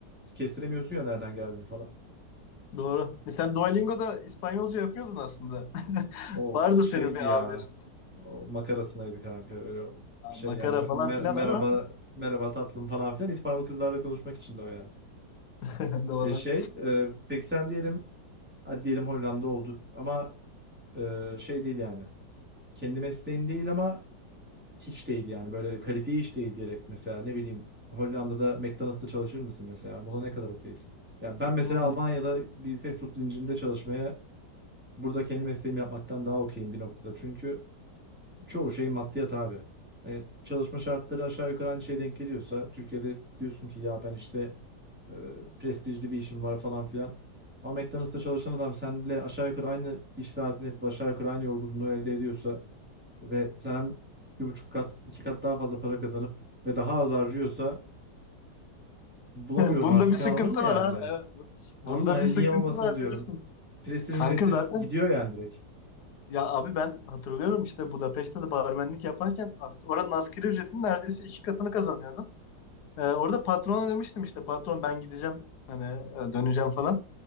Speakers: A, in the centre; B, on the left.
A: kestiremiyorsun ya nereden geldiğini falan.
B: Doğru. E sen Duolingo'da İspanyolca yapıyordun aslında. <laughs>
A: O
B: Vardır
A: şeydi
B: senin bir
A: ya.
B: A1.
A: O makarasındaydı kanka. Öyle o
B: Ha,
A: şey
B: Makara
A: yani mer-
B: falan filan
A: merhaba
B: ama
A: merhaba tatlım falan filan İspanyol kızlarla konuşmak için de o yani.
B: <laughs> doğru.
A: E, şey e, peki sen diyelim Hadi diyelim Hollanda oldu ama e, şey değil yani. Kendi mesleğin değil ama hiç değil yani. Böyle kalifiye hiç değil diyerek mesela ne bileyim Hollanda'da McDonald's'ta çalışır mısın mesela? Buna ne kadar okeysin? Ya ben mesela
B: Hmm.
A: Almanya'da bir fast food zincirinde çalışmaya burada kendi mesleğimi yapmaktan daha okeyim bir noktada. Çünkü Çoğu şey maddiyat abi. E, çalışma şartları aşağı yukarı aynı şeye denk geliyorsa Türkiye'de diyorsun ki ya ben işte e, prestijli bir işim var falan filan. Ama McDonald's'ta çalışan adam seninle aşağı yukarı aynı iş saatini yapıp aşağı yukarı aynı yorgunluğu elde ediyorsa ve senden bir buçuk kat, iki kat daha fazla para kazanıp ve daha az harcıyorsa bulamıyorum
B: <laughs> Bunda
A: artık
B: bir sıkıntı
A: anladın mı yani?
B: var abi. Evet. bu-
A: Anladın
B: Bunda
A: mı? Hani
B: bir sıkıntı
A: niye olmasın
B: var
A: diyorum.
B: dersin.
A: Prestij
B: Kanka
A: prestij
B: zaten
A: gidiyor yani direkt.
B: ya abi ben hatırlıyorum işte Budapeşte de barmenlik yaparken as- oranın asgari ücretin neredeyse iki katını kazanıyordum. Ee, orada patrona demiştim işte patron ben gideceğim hani e, döneceğim falan.